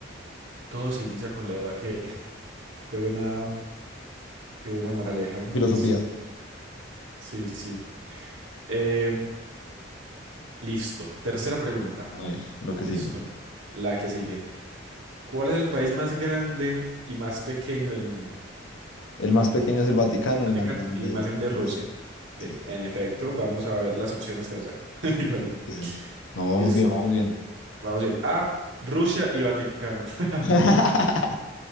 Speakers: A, on the right; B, on the left.
A: Todo se inicia con la duda. Qué, qué buena, qué buena moraleja, me parece.
B: filosofía.
A: Sí, sí. Eh, listo. Tercera pregunta.
B: A ver, lo que
A: Listo.
B: sigue.
A: La que sigue. ¿Cuál es el país más grande y más pequeño del mundo?
B: El más pequeño es el Vaticano,
A: Vaticano
B: el más grande
A: y más grande
B: Rusia.
A: Rusia. Sí,
B: Sí,
A: en efecto, vamos a ver las opciones que nos dan. <laughs> Igualmente.
B: sí, sí. No, vamos
A: Listo.
B: bien, vamos bien.
A: Vamos bien. A, Rusia y Vaticano.
B: <laughs>
A: <laughs>